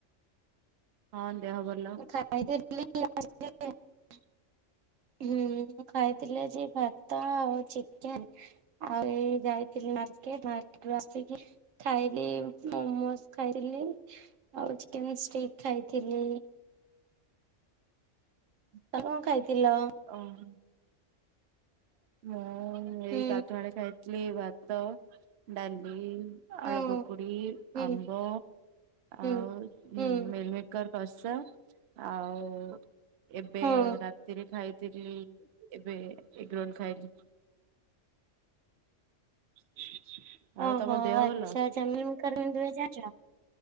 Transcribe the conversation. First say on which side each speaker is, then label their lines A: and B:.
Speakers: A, on the right; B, on the right.
A: ହଁ ଦେହ ଭଲ।
B: ଖାଇ ଦେ <unintelligible> <unintelligible> ହୁଁ ମୁଁ ଖାଇଥିଲି ଆଜି ଭାତ ଆଉ ଚିକେନ। ଆଉ ଏଇ ଯାଇଥିଲି ମାର୍କେଟ ମାର୍କେଟ ରୁ ଆସିକି ଖାଇଲି ମୋମୋ ଖାଇଥିଲି ଆଉ ଚିକେ ଷ୍ଟିକ ଖାଇଥିଲି। ତ କଣ ଖାଇଥିଲ।
A: ଓହୋ ମୁଁ ଏଇ
B: ହୁଁ
A: ଗାଧୁଆଳେ ଖାଇଥିଲି ଭାତ ଡାଳି
B: ହଁ
A: ଆଳୁ ପକୁଡ଼ି
B: ହୁଁ
A: ଆମ୍ବ
B: ହୁଁ।
A: ଆଉ ହ
B: ହୁଁ
A: ମେଲମ କଷା ଆଉ ଏବେ
B: ହଁ
A: ରାତିରେ ଖାଇ ଏବେ ଏଗ୍ ରୋଲ୍ ଖାଇଲି। <unintelligible>
B: ଓହୋ
A: ଦେହ
B: ଆଚ୍ଛା
A: ଭଲ?
B: ଆଚ୍ଛା <unintelligible> <unintelligible> ଜାଣିଛ।